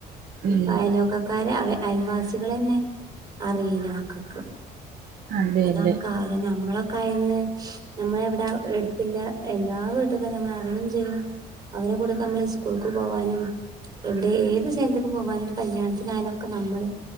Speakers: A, on the right; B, on the right.
A: ഇല്ല
B: പായലോക്കക്കാര അയൽവാസികളെന്നെ അറിയിലാക്കക്ക്
A: അതെ
B: അതാണ്
A: അതെ
B: കാലം നമ്മളെ കയന്ന് നമ്മൾ എവിടെ എടുത്തില്ല എല്ലാ വീട്ടുകാരും നമ്മൾ അറിയുകയും ചെയ്യും അവരെ കൂടെയൊക്കെ നമ്മള് സ്കൂൾക്ക് പോവാനും എവിടെ ഏത് സ്ഥലത്തേക്ക് പോകാനും ഒരു കല്യാണത്തിനായാലൊക്കെ നമ്മള്